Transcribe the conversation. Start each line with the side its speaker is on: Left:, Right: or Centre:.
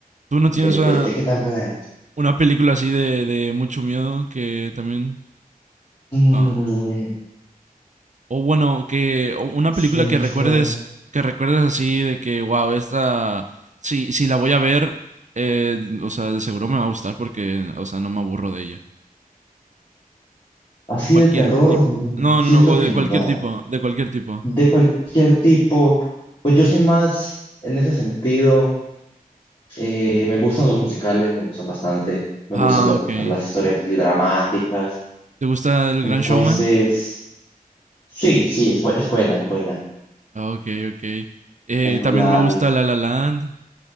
Right: tú no
Left: de,
Right: tienes
Left: de,
Right: una,
Left: de qué tan buena era.
Right: una película así de, de mucho miedo que también,
Left: Mm,
Right: ah, o bueno, que o una
Left: sí,
Right: película
Left: de mucho
Right: que recuerdes,
Left: miedo.
Right: que recuerdes así de que, wow, esta, si, si la voy a ver, eh, o sea, de seguro me va a gustar porque, o sea, no me aburro de ella.
Left: Así
Right: Cualquier
Left: de terror,
Right: tipo.
Left: mm,
Right: No,
Left: siento
Right: no, no,
Left: que
Right: de cualquier
Left: no.
Right: tipo, de cualquier tipo.
Left: De cualquier tipo, pues yo soy más en ese sentido. eh, me gustan los musicales, me gustan bastante. Me
Right: Ah,
Left: gustan la-
Right: ok.
Left: las historias así dramáticas.
Right: ¿Te gusta El
Left: Entonces,
Right: Gran Showman?
Left: sí, sí, es, bu- es buena, es buena.
Right: Ah, ok, ok. Eh,
Left: Tengo
Right: también
Left: la,
Right: me gusta La La Land.